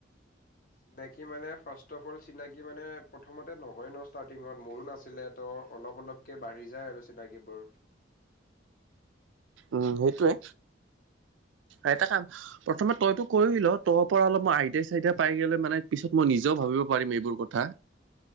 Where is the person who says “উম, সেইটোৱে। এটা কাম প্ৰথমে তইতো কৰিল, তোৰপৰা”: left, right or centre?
Right